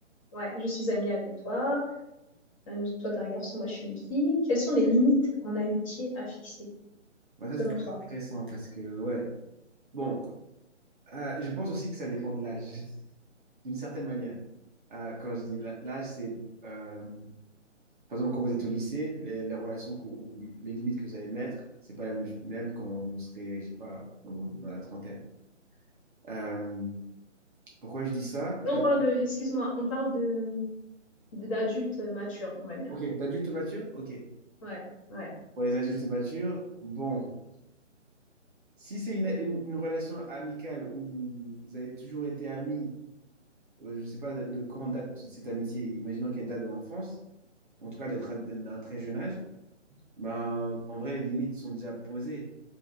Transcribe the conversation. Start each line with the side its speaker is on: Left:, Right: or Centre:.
Left: ouais, je suis amie avec toi. Euh, nous- Toi, t'es un garçon, moi, je suis une fille. Quelles sont les limites en amitié à fixer,
Right: Ouais, ça,
Left: selon
Right: c'est très
Left: toi?
Right: intéressant parce que, ouais. Bon, euh, je pense aussi que ça dépend de l'âge, <laughs> d'une certaine manière. Euh, quand je dis la- l'âge, c'est, euh, par exemple, quand vous êtes au lycée, les, les relations que- ou les limites que vous allez mettre, c'est pas la même, même quand vous serez, je sais pas, dans, vos- dans la trentaine. Euh, pourquoi je dis ça?
Left: Là,
Right: C'est parce-
Left: on parle de, excuse-moi, on parle de, de- d'adultes matures, on va dire.
Right: Ok, d'adulte mature? Ok.
Left: Ouais, ouais.
Right: Pour les adultes matures, bon. Si c'est une, une- une relation amicale où vous, vous avez toujours été amis, euh, je ne sais pas de quand date cette amitié, imaginons qu'elle date de l'enfance, en tout cas d'être d'un d'un très jeune âge, ben, en vrai, les limites sont déjà posées